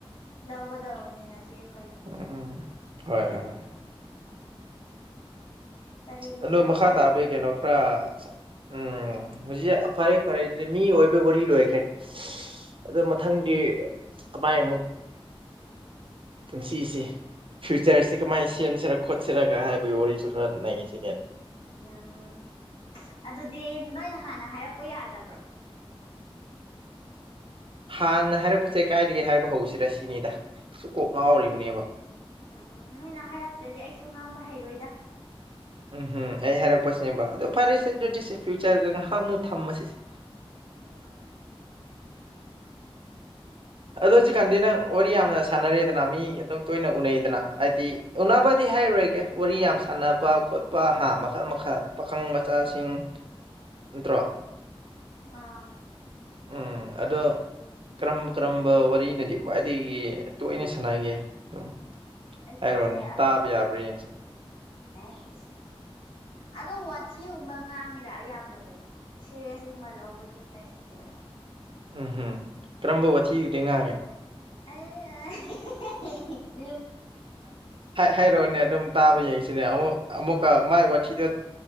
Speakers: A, on the left (about 65°); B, on the right (about 60°).
A: ꯂꯧꯒꯗꯧꯕꯅꯤꯅꯆꯦ ꯑꯩꯈꯣꯏꯗ
B: ꯎꯝ ꯍꯣꯏ ꯍꯣꯏ
A: ꯀꯔꯤ ꯃꯊꯦꯜ
B: ꯑꯗꯣ ꯃꯈꯥ
A: ꯆꯥꯔꯒꯦ
B: ꯇꯥꯕꯒꯤ ꯀꯩꯅꯣ ꯈꯔ ꯎꯝ ꯍꯧꯖꯤꯛ ꯐꯔꯦ ꯐꯔꯦ ꯑꯗꯨꯗꯤ ꯃꯤ ꯑꯣꯏꯕ ꯋꯥꯔꯤ ꯂꯣꯏꯈ꯭ꯔꯦ ꯑꯗꯨ ꯃꯊꯪꯗꯤ ꯀꯃꯥꯏ ꯑꯃꯨꯛ ꯄꯨꯟꯁꯤꯁꯤꯦ ꯐ꯭ꯌꯨꯆꯔꯁꯤ ꯀꯃꯥꯏ ꯁꯦꯝꯁꯤꯔꯒ ꯈꯣꯠꯁꯤꯔꯒ ꯍꯥꯏꯕꯒꯤ ꯋꯥꯔꯤꯁꯨ ꯈꯔ ꯅꯩꯅꯉꯁꯤꯦ ꯀꯩꯅꯣ
A: ꯎꯝ ꯑꯗꯨꯗꯤ ꯅꯣꯏꯅ ꯍꯥꯟꯅ ꯍꯥꯏꯔꯛꯄ ꯌꯥꯗꯕ꯭ꯔꯣ
B: ꯍꯥꯟꯅ ꯍꯥꯏꯔꯛꯄꯁꯦ ꯀꯥꯏꯗꯒꯤ ꯍꯥꯏꯕ ꯍꯧꯁꯤ ꯔ ꯁꯤꯅꯤꯗ ꯁꯨ ꯀꯣꯛ ꯉꯥꯎꯔꯤꯕꯅꯦꯕ
A: ꯎꯝ ꯅꯣꯏꯅ ꯍꯥꯏꯔꯛꯇ꯭ꯔꯗꯤ ꯑꯩꯁꯨ ꯉꯥꯡꯕ ꯍꯩꯔꯣꯏꯗ
B: ꯎꯝꯝ ꯑꯩ ꯍꯥꯏꯔꯛꯄꯁꯤꯅꯦꯕ ꯑꯣ ꯐꯔꯦꯁꯦ ꯑꯗꯨꯗꯤ
A: ꯎꯝ
B: ꯐꯌꯨꯆꯔ ꯑꯗꯨꯒ ꯉꯥꯏꯍꯥꯛ ꯃꯨ ꯊꯝꯕꯁꯤꯁꯦ ꯑꯗ ꯀꯤꯅ ꯑꯣꯔꯤ ꯁꯥꯟꯅꯔꯦꯗꯅ ꯃꯤ ꯑꯗꯨꯝ ꯇꯣꯏꯅ ꯎꯅꯩꯗꯅ ꯍꯥꯏꯗꯤ ꯎꯅꯕꯗꯤ ꯍꯥꯏꯔꯔꯣꯏꯒꯦ ꯋꯥꯔꯤ ꯌꯥꯝ ꯁꯥꯟꯅꯕ ꯈꯣꯠꯄ ꯄꯥ ꯍꯥꯥ ꯃꯈꯜ ꯃꯈꯜ ꯄꯥꯈꯪ ꯃꯆꯥꯁꯤꯡ ꯅꯠꯇ꯭ꯔꯣ
A: ꯑ
B: ꯎꯝ ꯑꯗꯣ ꯀꯔꯝꯕ ꯀꯔꯝꯕ ꯋꯥꯔꯤꯅꯗꯤ ꯈ꯭ꯋꯥꯏꯗꯒꯤ ꯇꯣꯏꯅ ꯁꯥꯟꯅꯒꯦ ꯑꯗꯨꯝ
A: ꯑꯩꯈꯣꯏꯁꯦ
B: ꯍꯥꯏꯔꯣꯅꯦ ꯇꯥꯕ ꯌꯥꯕ꯭ꯔꯥ ꯌꯦꯡꯁꯦ
A: ꯔꯍꯤꯁ ꯑꯗꯣ ꯋꯥꯊꯤꯒꯨꯝꯕ ꯉꯥꯡꯉꯤꯗ ꯑꯌꯥꯝꯕꯗꯗꯤ ꯁꯦꯔꯦꯁꯀꯨꯝꯕ ꯂꯧꯕꯗꯤ ꯂꯩꯇꯦꯗ
B: ꯎꯝꯍꯝ ꯀꯔꯝꯕ ꯋꯥꯊꯤꯒꯗꯤ ꯉꯥꯡꯉꯦ
A: ꯑ
B: ꯍꯥꯏꯔꯛꯑꯣꯅꯦ ꯑꯗꯨꯝ ꯇꯥꯕ ꯌꯦꯡꯁꯤꯅꯦ ꯑꯃꯨꯛ ꯑꯃꯨꯛ ꯃꯥꯏ ꯋꯥꯊꯤꯗ